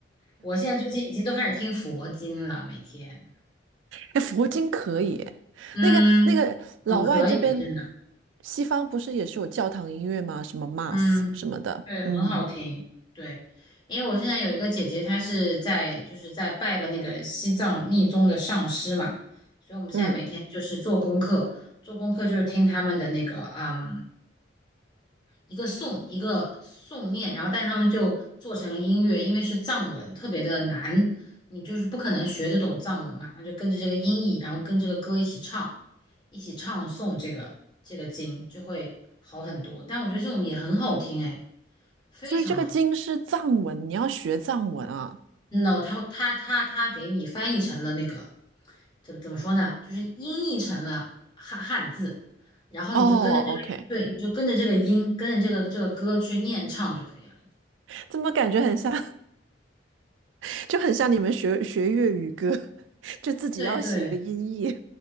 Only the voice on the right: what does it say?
哎，佛经可以诶那个那个老外这边，
西方不是也是有教堂音乐吗？什么 Mass
什么的，
嗯
嗯，
所以这个经是藏文，你要学藏文啊。
哦，OK，
怎么感觉很像，<laughs> 就很像你们学学粤语歌，<laughs> 就自己要写一个音译。